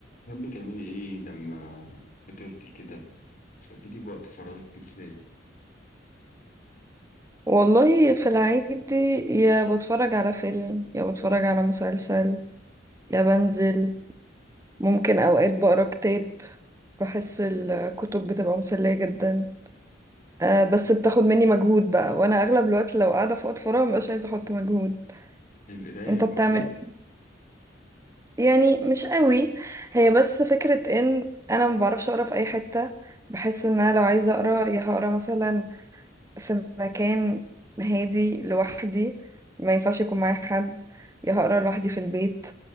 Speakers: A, on the left; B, on the right.
A: تحبي تعملي ايه لما بتفضي كده تستفيدي بوقت فراغك ازاي
B: والله في العيد يا بتفرج على فيلم يا بتفرج على مسلسل يا بنزل ممكن أوقات بقرا كتاب بحس الكتب بتبقى مسلية جدا أه بس بتاخد مني مجهود بقى وأنا أغلب الوقت لو قاعدة في وقت فراغ مبقاش عايزة أحط مجهود
A: القراية
B: أنت بتعمل
A: مجهود
B: إيه؟ يعني مش قوي هي بس فكرة إن أنا ما بعرفش أقرا في أي حتة بحس إن أنا لو عايزة أقرا يا هقرا مثلا في مكان هادي لوحدي ما ينفعش يكون معايا حد يا هقرا لوحدي في البيت